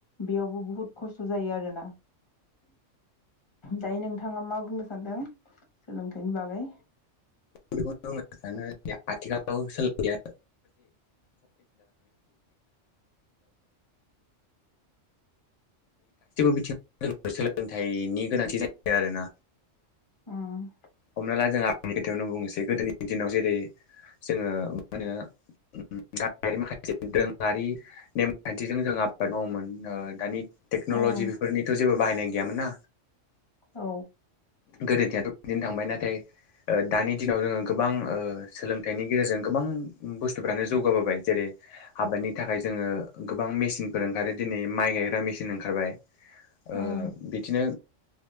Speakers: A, on the left; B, on the left.
A: बेयावबो बुहुद खस्थ' जायो आरो ना। दायो नोंथाङा मा बुंनो सानदों सोलोंथाइनि बागै।
B: बेखौनो बुंनो सानो <unintelligible> गासैबो बिथिङाव सोलोंथाइनि गोनांथि जायो आरोना
A: उम।
B: हमना ला <unintelligible> आंनि खोथायावनो बुंनोसै गोदोनि दिनाव जेरै जोङो मा होनो <unintelligible> माखासे दोरोङारि नेम खान्थिजों जों आबाद मावोमोन ओ दानि टेक्न'लजि
A: उम
B: बेफोरनिथ' जेबो बाहायनाय गैयामोन ना
A: औ।
B: गोदो <unintelligible> दिन थांबाय नाथाय दानि दिनाव जोङो गोबां सोलोंथाइनि गेजेरजों गोबां बुस्थुफ्रानो जौगाबोबाय जेरै हाबादनि थाखाय जोङो गोबां मेसिनफोर ओंखारो दिनै माइ गायग्रा मेसिन ओंखारबाय ओ
A: उम
B: बिदिनो